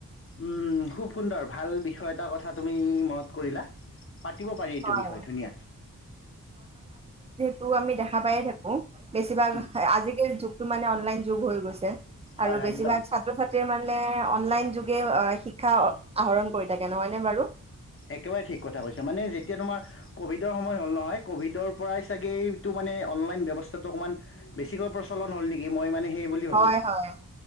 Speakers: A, on the left; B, on the right.
A: উম খুব সুন্দৰ ভাল বিষয় এটাৰ কথা তুমি মনত কৰিলা পাতিব পাৰি এইটো
B: হয়
A: বিষয় ধুনীয়া।
B: তো আমি দেখা পায়ে থাকোঁ। বেছি ভাগ
A: উম,
B: আজিকালিৰ যুগটো মানে অনলাইন যোগ হৈ গৈছে।
A: হয়
B: আৰু
A: হয়
B: বেছিভাগ
A: একদম
B: ছাত্ৰ ছাত্ৰীয়ে মানে অনলাইন যোগে শিক্ষা আহৰণ কৰি থাকে নহয় নে বাৰু?
A: একবাৰে ঠিক কথা কৈছা মানে যেতিয়া তোমাৰ ক'ভিডৰ সময় হ'ল নহয় ক'ভিডৰ পৰাই চাগেএইটো মানে অনলাইন ব্যৱস্থাতটো অকণমান বেছিকৈ প্ৰচলন হ'ল নেকি মই মানে সেই বুলি ভাবোঁ
B: হয় হয়